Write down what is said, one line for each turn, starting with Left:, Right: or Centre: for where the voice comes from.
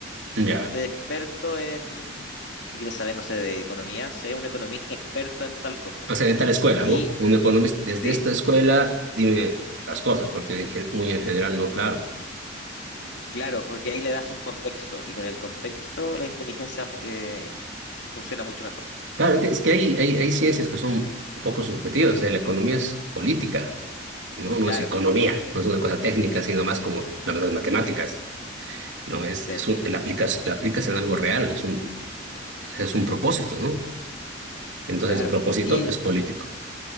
Right: ya.
Left: Sé experto en, si quieres saber, no sé, de economía, sé un economista experto en tal cosa.
Right: O sea, de tal escuela,
Left: Y
Right: ¿no? Un economista, desde
Left: sí,
Right: esta escuela, dime las cosas, porque en gen- muy en general no, claro.
Left: claro, porque ahí le das un contexto y con el contexto la inteligencia fo- eh, funciona mucho mejor.
Right: Claro, es que, es que hay, hay, hay ciencias que son un poco subjetivas. O sea, la economía es política, ¿no? No
Left: Claro,
Right: es economía, no es una cosa técnica, sino más como las las matemáticas, ¿no? Es,
Left: sí,
Right: es un, la aplicas, la aplicas en algo real, es un, es un propósito, ¿no? Entonces,
Left: claro.
Right: el propósito
Left: Y
Right: es político.